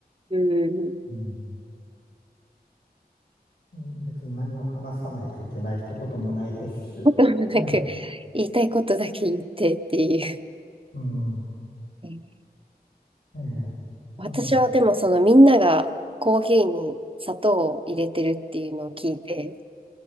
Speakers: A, on the right; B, on the left.
A: うん。<laughs>
B: うん。うん別に何を話さないといけないってこともないですし。
A: こともなく、
B: うん。
A: 言いたいことだけ言ってっていう。
B: うん。
A: <laughs> えー
B: ええ、
A: 私はでもそのみんながコーヒーに砂糖を入れてるっていうのを聞いて、
B: うん。